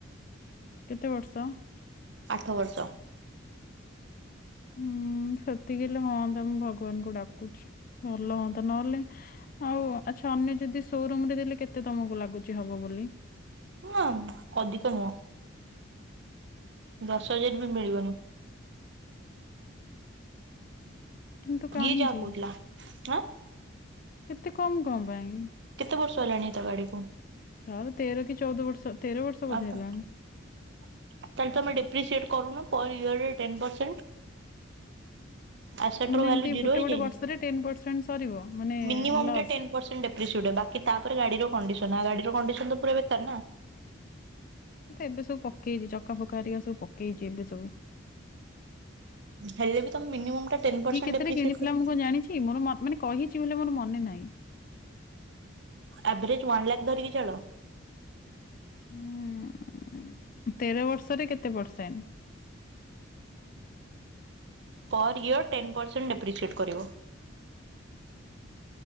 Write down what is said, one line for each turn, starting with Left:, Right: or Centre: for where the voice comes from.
Left: କେତେ ବର୍ଷ?
Right: ଆଠ ବର୍ଷ।
Left: ହୁଁ। ହୁଁ ସେତିକି ହେଲେ ହଅନ୍ତା ମୁଁ ଭଗବାନ୍ ଙ୍କୁ ଡାକୁଛି ଭଲ ହୁଅନ୍ତା ନହେଲେ ଆଉ ଆଛ୍ <unintelligible> ଯଦି ସୋ ରୁମ୍ ରେ ଦେଲେ କେତେ ତମକୁ ଲାଗୁଛି ହବ ବୋଲି?
Right: <unintelligible> ଅଧିକ ନୁଅଁ। ଦଶ ହଜାର୍ ବି ମିଳିବନି।
Left: କିନ୍ତୁ କାହିଁକି
Right: ଇଏ ଯାହା କହୁଥିଲା ଆଁ
Left: ଏତେ କମ୍ କଁ ପାଇଁ?
Right: କେତେ ବର୍ଷ ହେଲାଣି ତୋ ଗାଡିକୁ?
Left: ତାର ତେର କି ଚଉଦ ବର୍ଷ। ବର୍ଷ ବୋଧେ
Right: ଆର
Left: ହେଲାଣି।
Right: ତ ତାଲେ ତମେ ଡେପ୍ରିସିିଏଟ କରୁନ? Per ଇୟରେ ten percent. ଆସେଟ୍
Left: ମାନେ
Right: ର ଭାଲ୍ୟୁ
Left: ଏମିତି
Right: ଜିର
Left: ଗୋଟେ
Right: ହେଇଯାଇନି
Left: ଗୋଟେ ବର୍ଷରେ ସରିବ ମାନେ
Right: ମିନିମମ୍
Left: ଲସ୍।
Right: ଟା ଟେନ୍ ପରସେଣ୍ଟ ଡେପ୍ରିସିିଏଟ ହ ବାକି ତାପରେ ଗାଡିର କଣ୍ଡିସନ ଆଉ ଗାଡିର କଣ୍ଡିସନ ତ ପୁରା ବେକାର ନା।
Left: ସିଏ ତ ଏବେ ସବୁ ପକେଇଛି ଚକା ଫକା ହରିକା ସବୁ ପକେଇଛି ଏବେ ସବୁ।
Right: ହେଲେ ବି ତମେ ମିନିମମ୍ ଟା ଟେନ୍ ପରସେଣ୍ଟ
Left: ଇଏ କେତେ
Right: ଡେପ୍ରିସିଏଟ୍
Left: ରେ କିଣିଥିଲା
Right: କର
Left: ମୁଁ କଣ ଜାଣିଛି ମୋର ମ ମାନେ। କହିଛି ବୋଲେ ମୋର ମନେ ନାହି।
Right: ଆଭରେଜ ୱନ୍ ଲାଖ ଧରିକି ଚାଲ।
Left: ହୁଁ ତେର ବର୍ଷରେ କେତେ percent?
Right: Per year ten percent depreciate କରିବ।